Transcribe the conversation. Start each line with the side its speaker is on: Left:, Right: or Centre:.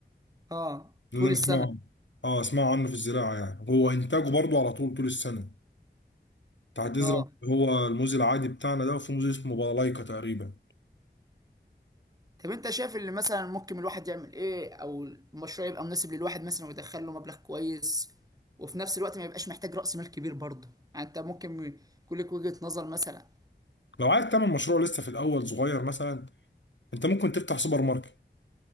Right: اه
Left: ده
Right: طول
Left: اللي أنا
Right: السنه
Left: أسمعه اه أسمع عنه في الزراعة يعني هو إنتاجه برضه على طول طول السنة أنت هتزرع
Right: اه
Left: هو الموز العادي بتاعنا ده وفي موز اسمه بالايكا تقريبا
Right: طب انت شايف اللي مثلا ممكن الواحد يعمل ايه او المشروع يبقى مناسب للواحد مثلا ويدخل له مبلغ كويس وفي نفس الوقت ما يبقاش محتاج رأس مال كبير برضه يعني انت ممكن يكون لك وجهة نظر مثلا
Left: لو عايز تعمل مشروع لسه في الاول صغير مثلا انت ممكن تفتح سوبر ماركت